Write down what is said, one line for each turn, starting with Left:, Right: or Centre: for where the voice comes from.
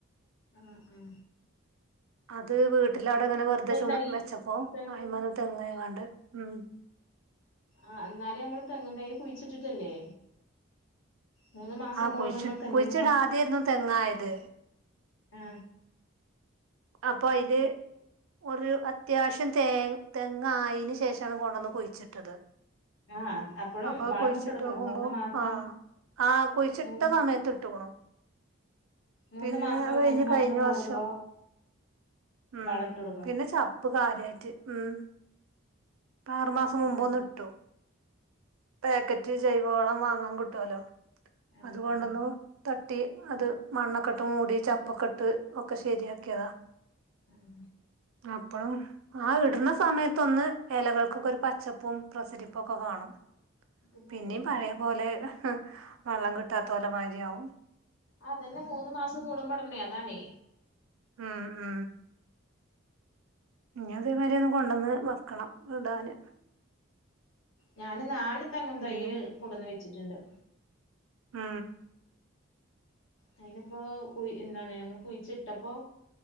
Left: ഉം ഉം
Right: അത് വീട്ടില അവിടെ ങ്ങനെ വെറുതെ ചും
Left: തൈ
Right: വെച്ചപ്പോ
Left: തെങ്ങ്
Right: അയ്മന്ന് തെങ്ങ യ് കാണ്ട് ഉം
Left: ആ ന്നാല്നമ്മൾ തെങ്ങ് തൈ കുഴിച്ചിട്ടിട്ടല്ലേ മൂന്ന് മാസം
Right: ആ
Left: കൂടുമ്പോ
Right: കുഴിച്ചി
Left: നമ്മൾ തെങ്ങിന്
Right: കുഴിച്ചിടാദ്യായിരുന്നു
Left: വ
Right: തെങ്ങായത്
Left: ആ
Right: അപ്പൊ അയ്ല് ഒര് അത്യാവശ്യം തെ തെങ്ങ ആയീന് ശേഷാണ് കൊണ്ടന്ന് കുഴിച്ചിട്ടത്
Left: ആഹ് അപ്പളും
Right: അപ്പൊ
Left: വളമിട്ട്
Right: കുഴിച്ചിട്ട്
Left: കൊടുക്കണം
Right: ഓക്കുമ്പോ
Left: മൂന്ന് മാസം
Right: ആഹ് ആഹ് കുഴിച്ചിട്ട
Left: മൂന്ന്
Right: സമയത്ത് ഇട്ട്ക്കുണു
Left: മൂന്ന്
Right: പിന്നെ
Left: മാസം
Right: കഴിഞ്ഞ്
Left: മൂന്ന്
Right: കഴിഞ്ഞ
Left: മാസം കൂടുമ്പോ
Right: വർഷം ഉം
Left: വളട്ട് കൊടുക്കണം
Right: പിന്നെ ച ഇപ്പൊ കാര്യയിട്ട് ഉം ആറുമാസം മുമ്പ്ന്ന്
Left: ഉം
Right: ഇട്ടു പാക്കറ്റ് ജയ് വളം വാങ്ങാൻ കിട്ടുവലോ
Left: ആഹ്
Right: അതു കൊണ്ടൊന്നു
Left: ആഹ്
Right: ത ട്ടി അത് മണ്ണൊക്കെട്ട് മൂടി ചപ്പക്കെ ഇട്ട് ഒക്കെ ശെരിയാക്യതാ
Left: ഉം
Right: അപ്പഴും ആ ഇടുന്ന സമയത്തൊന്ന് ഇലകൾക്കൊക്കെ ഒരു പച്ചപ്പും പ്രസരിപ്പും ഒക്കെ കാണും
Left: പിന്നല്ലേ
Right: പിന്നിം പയെ പോലെ വള്ളം കിട്ടാതോലെ മാരിയാവും
Left: ആ അതന്നെ മൂന്ന് മാസം കൂടു മ്പോടണെ അതാണേ
Right: മ് മ് ഇനി അതെമാരി ഒന്ന് കൊണ്ടന്ന് വെക്കണം ഇടാന്
Left: ഞാന് നാല് തെങ്ങും
Right: പിന്നെ
Left: തയ്യ് കൊടന്ന് വെച്ചിട്ട്ണ്ട്
Right: മ്
Left: അയിനിപ്പോ കു എന്താണ് നമ്മൾ കുഴിച്ചിട്ടപ്പോ